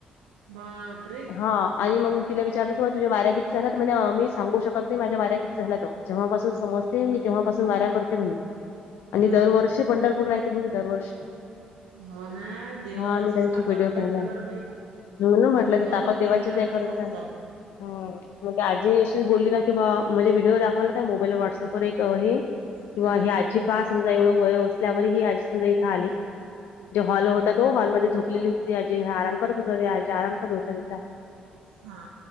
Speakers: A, on the right (about 75°); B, on the left (about 60°).
A: बापरे!
B: हा. आणि मग तिला विचारलं किवा तुझ्या वाऱ्या किती- झाल्या? तर म्हणे मी सांगू शकत नाही माझ्या वाऱ्या किती झाल्यात? जेव्हापासून समजते मी तेव्हापासून वाऱ्या करते म्हणे. आणि
A: अ
B: दरवर्षी पंढरपूरला येते म्हणे. मी दरवर्षी.
A: हो ना? देवाचीच
B: हा मी त्या दिवशी
A: ताकद
B: व्हिडिओ पाहिला
A: भेटते बरं बाई.
B: म्हणून म्हटलं ते
A: घरून
B: ताकद देवाचीच
A: निघा लागते
B: आहे खरंच,
A: फक्त
B: हा. मग आजी अशी बोलली ना किंवा म्हणजे व्हिडिओ दाखवला त्या मोबाईल व्हॉट्सअपवर एक हे.
A: हम्म
B: किंवा हे आजी पास समझा एवढं वय असल्यावर ही आजी समजा इथं आली. जो हॉल होता तो हॉलमध्येध्ये झोपलेली होती आज आराम करत होता आ आरामचाल होता त्यािचा
A: हा.